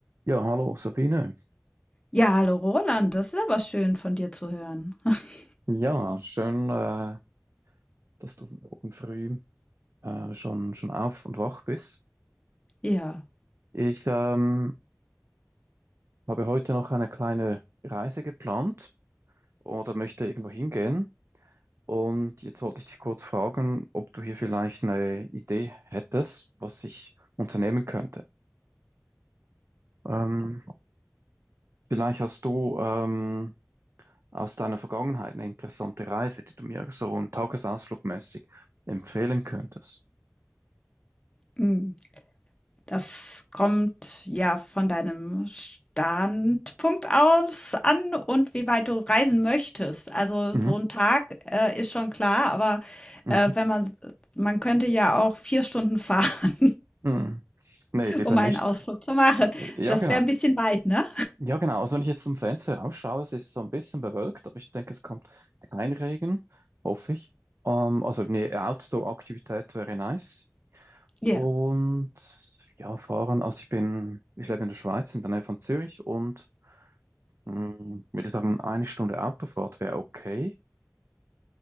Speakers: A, on the right (about 55°); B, on the left (about 15°).
A: Ja, hallo Sabine.
B: Ja, hallo Roland, das ist aber schön von dir zu hören. <laughs>
A: Ja, schön, äh, dass du morgen früh äh, schon, schon auf und wach bist.
B: Ja,
A: Ich ähm, habe heute noch eine kleine Reise geplant oder möchte irgendwo hingehen. Und jetzt wollte ich dich kurz fragen, ob du hier vielleicht eine Idee hättest, was ich unternehmen könnte. Ähm, vielleicht hast du ähm, aus deiner Vergangenheit eine interessante Reise, die du mir so einen Tagesausflug mäßig empfehlen könntest.
B: hm, das kommt ja von deinem Standpunkt aus an und wie weit du reisen möchtest. Also
A: Mhm.
B: so ein Tag äh, ist schon klar, aber
A: Mhm.
B: äh, wenn man, man könnte ja auch vier Stunden fahren, <laughs>
A: Hm. Nee, lieber
B: um
A: nicht.
B: einen Ausflug zu machen.
A: Ja,
B: Das
A: genau.
B: wäre ein bisschen weit, ne?
A: Ja, genau. Also wenn ich jetzt zum Fenster rausschaue, es ist so ein bisschen bewölkt, aber ich denke, es kommt kein Regen, hoffe ich. Ähm, also eine Outdoor-Aktivität wäre nice.
B: Ja.
A: Und ja, fahren. Also ich bin, ich lebe in der Schweiz, in der Nähe von Zürich und mh, würde sagen, eine Stunde Autofahrt wäre okay.